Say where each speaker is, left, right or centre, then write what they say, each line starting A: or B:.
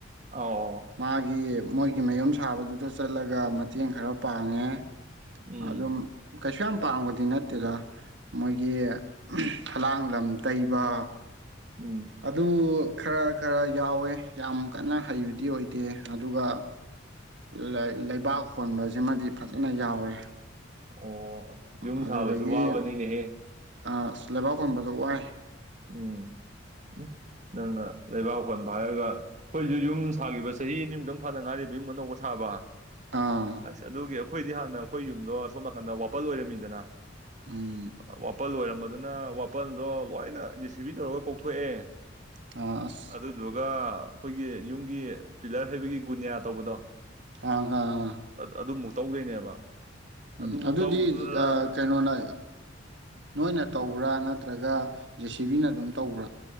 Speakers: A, on the right (about 40°); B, on the right (about 65°).
A: ꯑꯧ
B: ꯃꯥꯒꯤ ꯃꯣꯏꯒꯤ ꯃꯌꯨꯝ ꯁꯥꯕꯗꯨꯗ ꯆꯠꯂꯒ ꯃꯇꯦꯡ ꯈꯔ ꯄꯥꯡꯉꯦ
A: ꯎꯝ
B: ꯑꯗꯨꯝ ꯀꯩꯁꯨ ꯌꯥꯝ ꯄꯥꯡꯕꯗꯤ ꯅꯠꯇꯦꯗ ꯃꯣꯏꯒꯤ ꯎꯝꯍ ꯐꯥꯂꯥꯡ ꯂꯝ ꯇꯩꯕ
A: ꯎꯝ
B: ꯑꯗꯨ ꯈꯔ ꯈꯔ ꯌꯥꯎꯌꯦ ꯌꯥꯝ ꯀꯟꯅ ꯍꯩꯕ ꯗꯤ ꯑꯣꯏꯗꯦ ꯑꯗꯨꯒ ꯂꯩ ꯂꯩꯕꯥꯛ ꯍꯣꯟꯕꯁꯤꯃꯗꯤ ꯐꯖꯅ ꯌꯥꯎꯔꯦ
A: ꯑꯣ ꯑꯁ ꯌꯨꯝ
B: ꯑꯗꯨꯗꯒꯤ
A: ꯁꯥꯕꯁꯨ ꯋꯥꯕꯅꯤꯅꯦꯍꯦ
B: ꯑ ꯂꯩꯕꯥꯛ ꯍꯣꯟꯕꯗꯣ ꯋꯥꯏ
A: ꯎꯝ ꯎꯍ ꯅꯪꯅ ꯂꯩꯕꯥꯛ ꯍꯣꯟꯕ ꯍꯥꯏꯔꯒ ꯈꯣꯏꯁꯨ ꯌꯨꯝ ꯁꯥꯒꯤꯕ ꯆꯍꯤ ꯑꯅꯤꯃꯨꯛꯇꯪ ꯐꯗ ꯉꯥꯏꯔꯤꯕ ꯌꯨꯝ ꯑꯅꯧꯕ ꯁꯥꯕ
B: ꯑꯥ
A: ꯑꯁ ꯑꯗꯨꯒꯤ ꯑ ꯈꯣꯏꯗꯤ ꯍꯥꯟꯅ ꯑꯈꯣꯏ ꯌꯨꯝꯗꯣ ꯁꯣꯝ ꯅꯥꯀꯟꯗ ꯋꯥꯄꯜ ꯑꯣꯏꯔꯝꯃꯤꯗꯅ
B: ꯎꯝ
A: ꯑ ꯋꯥꯄꯜ ꯑꯣꯏꯔꯝ ꯃꯗꯨꯅ ꯋꯥꯄꯜꯗꯣ ꯂꯣꯏꯅ ꯖꯤ ꯁꯤ ꯕꯤ ꯇꯧꯔꯒ ꯀꯣꯛꯊꯣꯛꯑꯦ
B: ꯑ, ꯑꯁ
A: ꯑꯗꯨꯗꯨꯒ ꯑꯈꯣꯏꯒꯤ ꯌꯨꯝꯒꯤ ꯄꯤꯂꯔ ꯍꯩꯕꯒꯤ ꯒꯨꯅꯤꯌꯥ ꯇꯧꯕꯗꯣ
B: ꯀꯅꯥ ꯀꯅꯥꯅꯣ
A: ꯑꯗꯨꯃꯨꯛ ꯇꯧꯗꯣꯏꯅꯦꯕ ꯑꯗꯨ
B: ꯎꯝ ꯑꯗꯨꯗꯤ
A: ꯇꯧꯕꯗꯨꯗꯅ
B: ꯀꯩꯅꯣꯅ ꯅꯣꯏꯅ ꯇꯧꯕ꯭ꯔꯥ ꯅꯠꯇ꯭ꯔꯒ ꯖꯦ ꯁꯤꯕꯤꯅ ꯑꯗꯨꯝ ꯇꯧꯕ꯭ꯔꯥ